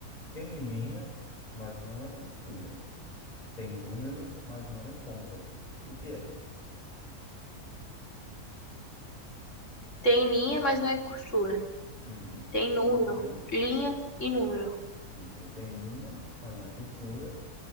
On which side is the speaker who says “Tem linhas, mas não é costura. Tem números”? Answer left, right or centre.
Left